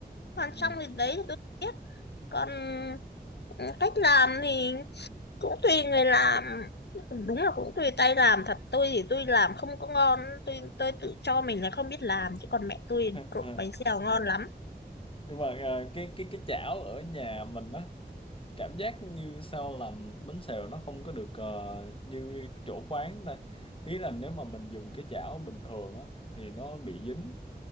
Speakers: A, on the left; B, on the left.
A: còn
B: Ừ.
A: xong thì đấy thì tôi không biết còn ừ, cách làm thì cũng tùy người làm đúng là cũng tùy tay làm thật tôi thì tôi làm không có ngon tôi tôi tự cho mình là không biết làm chứ còn mẹ tôi
B: <laughs>
A: trộn bánh xèo ngon lắm
B: nhưng mà à, cái cái cái chảo ở nhà mình á cảm giác như sao làm bánh xèo nó không có được ờ, như chỗ quán ta ý là nếu mà mình dùng cái chảo bình thường á thì nó bị dính